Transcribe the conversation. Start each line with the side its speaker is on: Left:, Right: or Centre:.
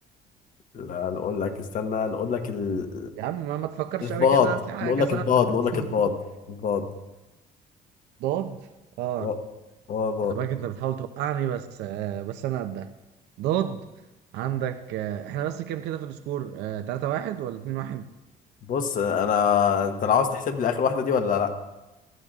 Left: لا نقول لك استنى نقول لك ال...
Right: يا عم ما, ما تفكرش
Left: الباض
Right: قوي كده هات لي حاجه
Left: نقول لك
Right: سهله
Left: الباض
Right: <laughs>
Left: نقول لك الباض الباض
Right: ضاد اه
Left: اه اه باض
Right: خلي بالك انت بتحاول توقعني بس آه بس انا قدها ضاد عندك آه احنا بس كام كده في السكور آه 3 1 ولا 2 1
Left: بص انا انت لو عاوز تحسب لي اخر واحده دي ولا لا